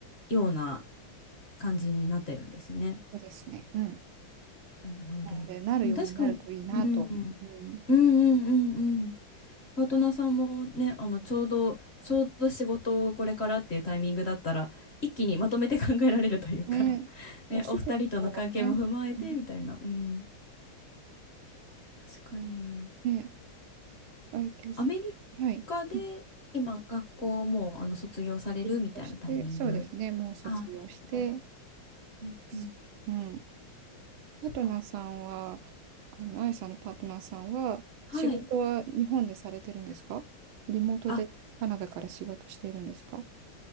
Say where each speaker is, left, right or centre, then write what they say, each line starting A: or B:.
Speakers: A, on the left; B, on the right.
A: ような感じになってるんですね。
B: そうですね。うん。
A: なるほど。
B: なので、なるようになるといいなと。
A: でも確かに、うん、うん
B: うん。
A: うんうんうんパートナーさんもね、あの、ちょうど、ちょうど仕事をこれからっていうタイミングだったら、一気にまとめて考えられるというか
B: ね、
A: <laughs>
B: お仕事はね、
A: ね、お二人との関係も踏まえてみたいな。
B: うん、
A: うん。確かに。
B: ね、えっと、そはい。
A: アメリカで今、
B: うん
A: 学校もう、あの、卒業されるみたいなタイミング。
B: 卒業して、そうですね、もう卒業して、
A: あ、なるほど。うんうん。
B: です。うん。
A: そっか。
B: パートナーさんは、あの、あやさんのパートナーさんは、
A: はい。
B: 仕事は日本でされてるんですかリモートでカナダから仕事しているんですか
A: あ、